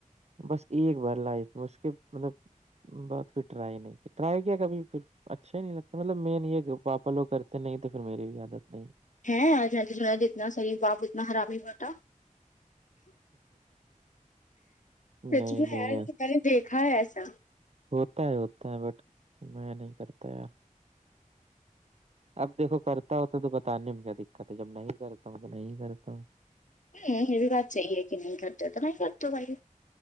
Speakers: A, on the right; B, on the left.
A: بس ایک بار لائف میں اس کے مطلب بات پھر ٹرائی نہیں کیا ٹرائی کیا کبھی پھر اچھا ہی نہیں لگتا مطلب مین یہ پاپا لوگ کرتے نہیں تو پھر میری بھی عادت نہیں
B: ہے آج تھوا جتنا سریف باپ اتنا خراب ہی بٹا سچ
A: نہیں
B: میں
A: نہیں
B: ہے میں نے دیکھا ہے ایسا
A: ہوتا ہے ہوتا ہے بٹ میں نہیں کرتا یار اب دیکھو کرتا ہو تو تو بتان میں کیا دقت ہے جب نہیں کرتا ہوں تو نہیں کرتا ہوں
B: ہوں یہ بھی بات چاہی ہے کہ نہیں کرتے تو میں کر دو بھائی